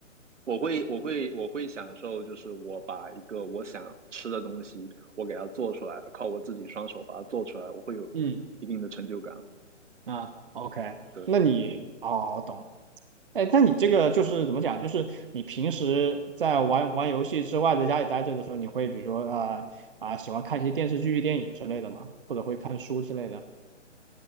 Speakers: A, on the right; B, on the right.
A: 我会我会我会享受，就是我把一个我想吃的东西，我给它做出来了，靠我自己双手把它做出来，我会有一定的成就感。
B: 嗯，啊，OK，
A: 对
B: 那你哦，懂了。哎，那你这个就是怎么讲？就是你平时在玩玩游戏之外，在家里待着的时候，你会比如说啊啊、喜欢看一些电视剧、电影之类的吗？或者会看书之类的？